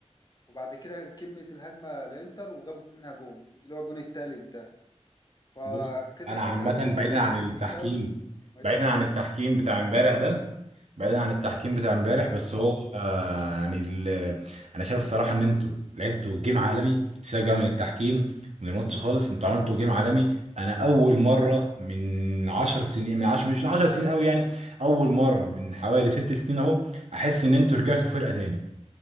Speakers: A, on the left; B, on the right.
A: وبعد كده كملت الهجمة لإنتر وجابوا منها جون اللي هو الجون التالت ده فكذا
B: بص انا
A: حد
B: عامه
A: قال برضو
B: بعيدا
A: المفروض
B: عن التحكيم
A: دي فاول ما يتحسبش
B: بعيدا عن التحكيم بتاع امبارح ده بعيدا عن التحكيم بتاع امبارح بس
A: اه
B: هو آه يعني ال- انا شايف الصراحه ان انتوا لعبتوا جيم عالمي سيبك بقى من التحكيم من الماتش خالص انتوا عملتوا جيم عالمي انا اول مره من 10 سنين من 10 مش من 10 سنين قوي يعني اول مره من حوالي ست سنين اهو احس ان انتوا رجعتوا فرقه تاني